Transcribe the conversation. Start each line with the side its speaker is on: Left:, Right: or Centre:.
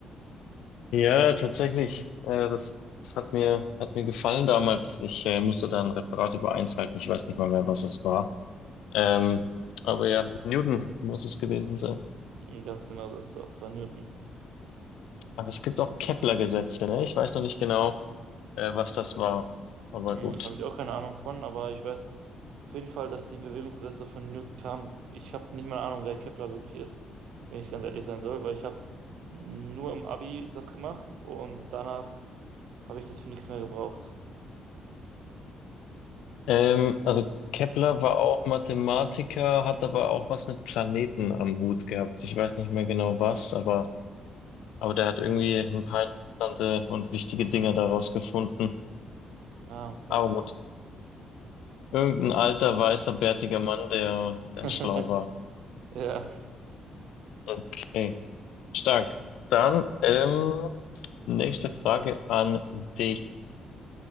Left: ja, tatsächlich. Äh, das, das hat mir, hat mir gefallen damals. Ich äh, musste da ein Referat über eins halten. Ich weiß nicht mal mehr, was es war. Ähm, aber ja, Newton muss es gewesen sein.
Right: Und Ganz genau, das ist es auch, es war Newton.
Left: Aber es gibt auch Kepler-Gesetze, ne? Ich weiß noch nicht genau. äh, was das war. Aber
Right: Hm,
Left: gut.
Right: habe ich auch keine Ahnung von, aber ich weiß auf jeden Fall, dass die Bewegungsgesetze von Newton kamen. Ich habe nicht mal eine Ahnung, wer Kepler wirklich ist, wenn ich ganz ehrlich sein soll, weil ich habe nur im Abi das gemacht und danach Habe ich das für nichts mehr gebraucht?
Left: Ähm, also Kepler war auch Mathematiker, hat aber auch was mit Planeten am Hut gehabt. Ich weiß nicht mehr genau was, aber, aber der hat irgendwie
Right: Mhm.
Left: ein paar interessante und wichtige Dinge daraus gefunden.
Right: Ah, okay.
Left: Aber gut, irgendein alter, weißer, bärtiger Mann, der,
Right: <laughs>
Left: der schlau war.
Right: Ja.
Left: Okay, stark. Dann ähm, nächste Frage an dich.